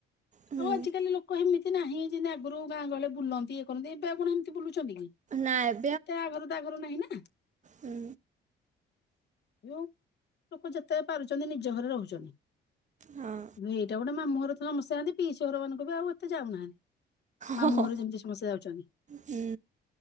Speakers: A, on the right; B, on the left.
A: ହୁଁ
B: ଆଉ ଆଜିିକାଲି ଲୋକ କ ଏମିତି ନାହିଁ ଯେମିତି ଆଗରୁ ଗାଁ ଗହଳୀରେ ବୁଲନ୍ତି ଇଏ କରନ୍ତି ଏବେ ଆଉ କଣ ଏମିତି ବୁଲୁଛନ୍ତି କି।
A: ନାଇଁ।
B: ଏତେ ଆଘରୁ ତାଘରୁ ନାହିଁ ନା।
A: ହୁଁ।
B: ଲୋକ ଯେତେ ପାରୁଛନ୍ତି ନିଜ ଘରେ ରହୁଛନ୍ତି।
A: ହଁ।
B: ନୁଁ ହେଇଟା ଗୋଟେ ମାମୁଁଘର ତ ସମସ୍ତେ ଯାଆନ୍ତି ପିଇସ ଘର ମାନଙ୍କୁ ବି ଆଉ ଏତେ ଯାଉନାହାନ୍ତି।
A: ହଁ
B: ମାମୁଁଘର ଯେମିତି ସମସ୍ତେ ଯାଉଛନ୍ତି।
A: ହୁଁ